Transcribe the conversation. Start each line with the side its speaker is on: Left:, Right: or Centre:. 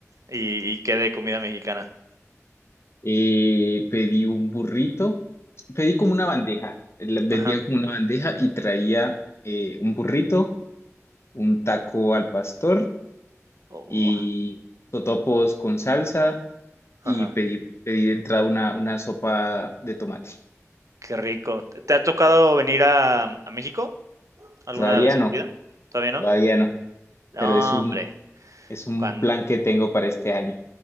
Right: ¿Y, y qué de comida mexicana?
Left: Eh, pedí un burrito, pedí como una bandeja, eh, la- vendían
Right: Ajá.
Left: como una bandeja y traía eh, un burrito, un taco al pastor
Right: Oh,
Left: y totopos con salsa y
Right: ajá.
Left: pedí, pedí de entrada una, una sopa de tomate.
Right: Qué rico. ¿Te te ha tocado venir a, a México alguna
Left: Todavía
Right: vez
Left: no,
Right: en tu vida? ¿Todavía no?
Left: todavía no,
Right: No,
Left: pero es un,
Right: hombre.
Left: es un
Right: Cuan-
Left: plan que tengo para este año.